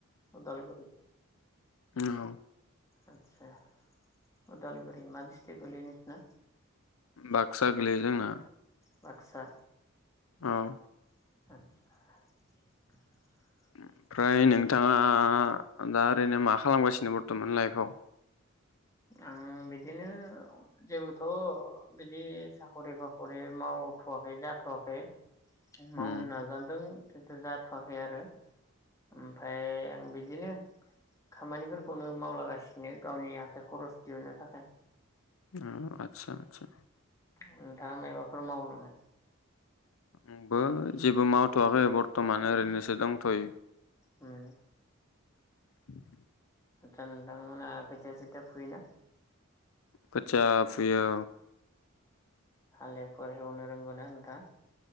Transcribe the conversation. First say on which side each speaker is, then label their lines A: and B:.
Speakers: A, on the left; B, on the left.
A: उदालगुरि
B: औ
A: आचसा उदालगुरि मा डिस्ट्रिग गोलैयो नोंसिना?
B: बाक्सा गोलैयो जोंना।
A: बाक्सा।
B: औ
A: आचसा।
B: ओमफ्राय नोंथाङा दा ओरैनो मा खालामगासिनो बर्थमान लाइफआव?
A: आं बिदिनो। जेबोथ' बिदि साखरि बाखरि मावथ'वाखै जाथ'वाखै।
B: उम
A: मावनो नाजादों। खिन्थु जाथ'वाखै आरो ओमफ्राय आं बिदिनो। खामानिफोरखौनो। मावलागासिनो गावनिया। थाखाय खरस दिहुननो थाखाय।
B: अ आतसा आतसा।
A: नोंथाङा माबाफोर मावो नामा?
B: आंबो जेबो मावथ'वाखै बर्थमान ओरैनोसो दंथ'यो।
A: ओम।
B: <inaudible>
A: आससा नोंथांमोनहा खोथिया सोथिया फुयोना?
B: खोथिया फुयो।
A: हालेफोर हेवनो रोंगौ ना नोंथा?